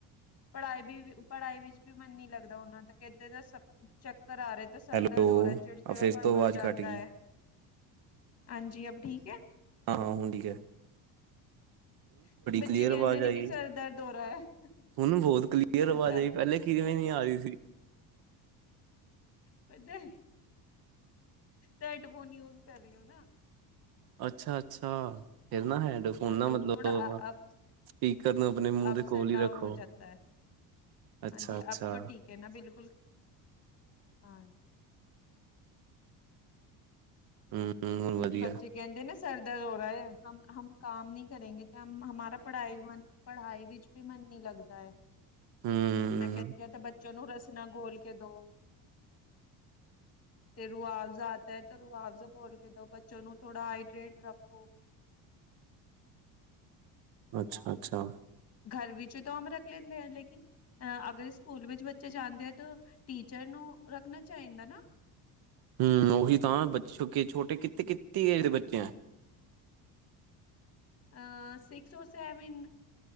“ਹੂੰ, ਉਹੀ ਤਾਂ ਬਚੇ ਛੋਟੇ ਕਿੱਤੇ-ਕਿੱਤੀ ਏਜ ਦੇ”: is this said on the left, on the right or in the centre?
Right